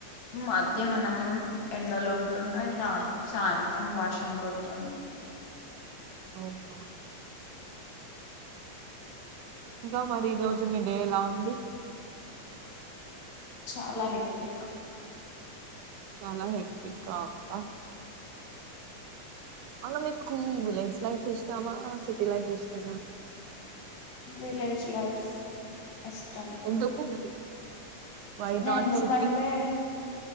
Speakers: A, on the left; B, on the right.
A: మధ్యాహ్నం ఎండలో ఉన్నాయి గా సాయంత్రం వర్షం పడుతుంది
B: అవున ఇంకా మరి ఈరోజు మీ డే ఎలా ఉంది
A: చాలా హెక్టిక్
B: చాలా హేక్ క్టిక్ ఆహ్ అవును మికు విలేజ్ లైఫ్ ఇష్టమా సిటీ లైఫ్ ఇష్టమా
A: విలేజ్ లైఫ్ ఇష్టం
B: ఎందుకు వై
A: నేందుకు
B: నాట్ సిటీ
A: అంటె